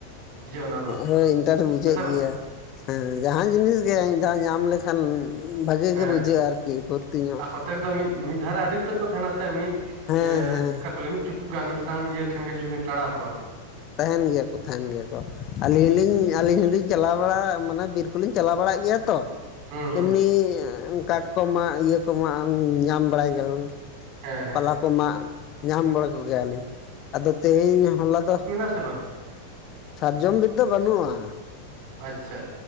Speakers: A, on the right; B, on the left.
A: ᱚᱱᱟ ᱫᱚ
B: ᱦᱳᱭ ᱤᱱᱴᱟᱨᱮᱥ ᱵᱩᱡᱷᱟᱹᱜ
A: ᱦᱮᱸ ᱥᱮ ᱵᱟᱝ
B: ᱜᱮᱭᱟ ᱦᱮᱸ ᱡᱟᱦᱟᱱ ᱡᱤᱱᱤᱥ ᱜᱮ ᱢᱤᱫᱷᱟᱣ ᱧᱟᱢ ᱞᱮᱠᱷᱟᱱ ᱵᱷᱟᱜᱮ
A: ᱦᱮᱸ
B: ᱜᱮ ᱵᱩᱡᱷᱟᱹᱜᱼᱟ ᱟᱨᱠᱤ ᱯᱷᱚᱨᱛᱤ ᱧᱚᱜ
A: ᱟᱨ ᱠᱚᱛᱮᱠ ᱫᱚ ᱢᱤᱫ ᱫᱷᱟᱨᱮ ᱟᱹᱰᱤ ᱩᱛᱟᱹᱨ ᱠᱚ ᱛᱟᱦᱮᱱᱟ ᱥᱮ ᱢᱤᱫ
B: ᱦᱮᱸ
A: ᱤᱭᱟᱹ
B: ᱦᱮᱸ
A: ᱪᱮᱫᱠᱟ ᱠᱚ ᱞᱮ ᱢᱤᱫ ᱪᱩᱯᱩᱜ ᱜᱟᱱ ᱢᱤᱫ ᱢᱤᱫᱴᱟᱝ ᱤᱭᱟᱹ ᱴᱷᱮᱱ ᱜᱮ ᱡᱩᱫᱤ ᱰᱤᱱ ᱛᱟᱲᱟᱣ ᱠᱚᱜᱣᱟ
B: ᱛᱟᱦᱮᱱ ᱜᱮᱭᱟ ᱠᱚ ᱛᱟᱦᱮᱱ ᱜᱮᱭᱟ ᱠᱚ ᱟᱹᱞᱤᱧ ᱞᱤᱧ ᱟᱞᱤᱧ ᱦᱚᱞᱤᱧ ᱪᱟᱞᱟᱣ ᱵᱟᱲᱟᱜ ᱢᱟᱱᱮ ᱵᱤᱨ ᱠᱚᱞᱤᱧ ᱪᱟᱞᱟᱣ ᱵᱟᱲᱟᱜ ᱜᱮᱭᱟ ᱛᱚ
A: ᱦᱩᱸ ᱦᱩᱸ
B: ᱮᱢᱱᱤ ᱠᱟᱴᱠᱚᱢ ᱢᱟᱜ ᱤᱭᱟᱹ ᱠᱚᱢᱟ ᱧᱟᱢ ᱵᱟᱲᱟᱭ ᱜᱮᱭ
A: ᱦᱮᱸ ᱦᱮᱸ
B: ᱯᱟᱞᱟ ᱠᱚ ᱢᱟᱜ ᱧᱟᱢ ᱵᱟᱲᱟ ᱠᱚᱜᱮᱭᱟᱞᱤᱧ ᱟᱫᱚ ᱛᱮᱦᱮᱧ ᱦᱚᱞᱟ ᱫᱚ
A: ᱥᱮ ᱵᱟᱝ
B: ᱥᱟᱨᱡᱚᱢ ᱵᱤᱫ ᱫᱚ ᱵᱟᱹᱱᱩᱜᱼᱟ
A: ᱟᱪᱪᱷᱟ